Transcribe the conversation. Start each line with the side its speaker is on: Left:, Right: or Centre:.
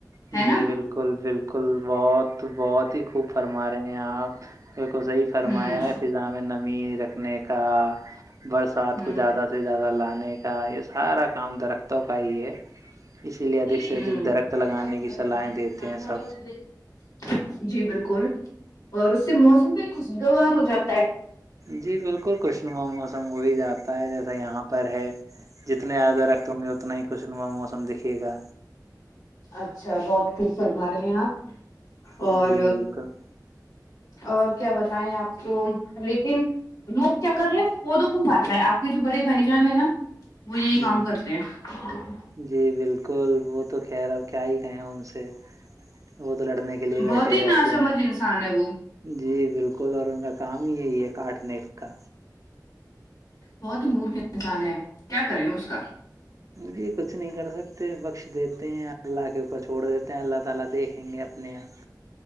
Right: جی
Left: ہے نا
Right: بالکل بالکل بہت بہت ہی خوب فرما رہے ہیں آپ بالکل صحیح فرمایا
Left: ہوں
Right: ہے فضا میں نمی رکھنے کا برسات
Left: ہوں
Right: کو زیادہ سے زیادہ لانے کا یہ سارا کام درختوں کا ہی ہے اسی لیے
Left: ہوں
Right: ادھک سے ادھک درخت لگانے کی صلاحیں دیتے ہیں سب
Left: جی بالکل اور اس سے موسم بھی خوشگوار ہو جاتا ہے
Right: جی بالکل خوش نما موسم ہو ہی جا تا ہے جیسا یہاں پر ہے جتنے آیادہ رکھتے ہوں گے اتنا ہی خوش نما موسم دیکھے گا
Left: اچھا بہت خوب فرما رہے ہیں آپ
Right: جی
Left: اور
Right: بالکل
Left: اور کیا بتائیں آپ کو لیکن لوگ کیا کر رہے ہیں پودوں کو کاٹ رہا ہے آپ کے جو بڑے بھائی جان ہیں نا وہ یہی
Right: ہوں
Left: کام کرتے ہیں
Right: جی بالکل وہ تو خیر اب کیا ہی کہیں ہیں ان سے وہ تو لڑنے کے لیے
Left: بہت
Right: بیٹھے
Left: ہی
Right: رہتے
Left: نا سمجھ
Right: ہیں
Left: انسان ہے وہ
Right: جی بالکل اور ان کا کام ہی یہی ہے کاٹنے کا
Left: بہت ہی مورکھ انسان ہے کیا کریں اس کا
Right: جی کچھ نہیں کر سکتے بخش دیتے ہیں اللہ کے اوپر چھوڑ دیتے ہیں اللہ تعالی دیکھ <unintelligible>